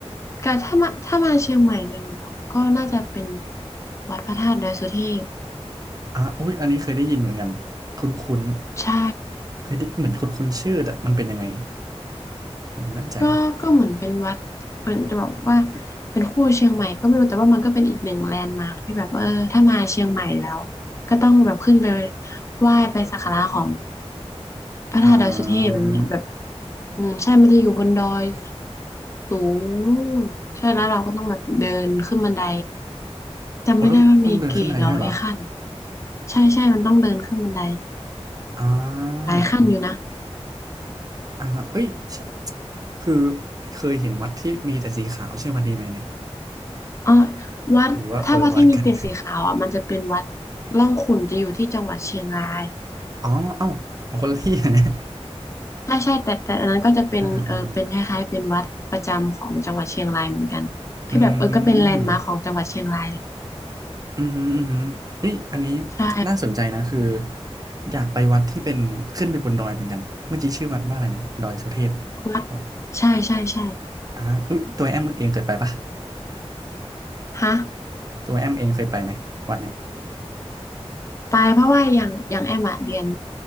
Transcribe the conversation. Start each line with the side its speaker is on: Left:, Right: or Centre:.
Left: ก็ถ้ามาถ้ามาเชียงใหม่เลยเหราก็น่าจะเป็นวัดพระธาตุดอยสุเทพ
Right: อ่าอุ้ยอันนี้เคยได้ยินเหมือนกันคุ้นคุ้น
Left: ใช่
Right: เคยได้เหมือนคุ้นคุ้นชื่อแต่มันเป็นยังไงผมไม่มั่นใจ
Left: ก็ก็เหมือนเป็นวัดเป็นจะบอกว่าเป็นคู่เชียงใหม่ก็ไม่รู้แต่ว่ามันก็เป็นอีกหนึ่งแลนด์มาร์คที่แบบว่าเออถ้ามาเชียงใหม่แล้วก็ต้องแบบขึ้นไปไหว้ไปสักการะของพระธาตุดอยสุเทพแบบเนี้ยแบบ
Right: อ่า
Left: อืมใช่มันจะอยู่บนดอยสูงนู่นใช่แล้วเราก็ต้องแบบเดินขึ้นบันไดจำไม่ได้ว่ามีกี่ร้อยขั้น
Right: โอ้ต้องต้องเดินขึ้นบันไดด้วยเหรอ
Left: ใช่ใช่มันต้องเดินขึ้นบันได
Right: อ่
Left: หลายขั้นอยู่นะ
Right: าอ่าฮะเอ้ยใช่คือเคยเห็นวัดที่มีแต่สีขาวใช่วันดนีไหมเนี่ย
Left: อ๋อวัดถ้าวัดที่มีเต็ดสีขาวอ่ะมันจะเป็นวัด
Right: หรือว่าคนละวัดกัน
Left: ร่องขุ่นจะอยู่ที่จังหวัดเชียงราย
Right: <laughs> อ๋อเอ้าอองคนละที่อะเนี่ย
Left: ใช่ใช่แต่แต่อันนั้นก็จะเป็นเออเป็นคล้ายๆเป็นวัดประจำของจังหวัดเชียงรายเหมือนกันที่แบบเออก็เป็นแลนด์มาร์คของจังหวัดเชียงรายแหละ
Right: <laughs> อ่าอ่าอ่าอืมอืมอหืมออือหือเอ้ยอันนี้
Left: ใช่
Right: น่าสนใจนะคืออยากไปวัดที่เป็นขึ้นไปบนดอยเหมือนกันเมื่อกี้ชื่อวัดว่าอะไรนะดอยสุเทพ
Left: วัด
Right: เหรอ
Left: ใช่ใช่ใช่
Right: อ่าเอ้ยตัวแอมเองเคยไปปะ
Left: ฮะ
Right: ตัวแอมเองเคยไปไหมวัดเนี่ย
Left: ไปเพราะว่าอย่างอย่างแอมอะเรียน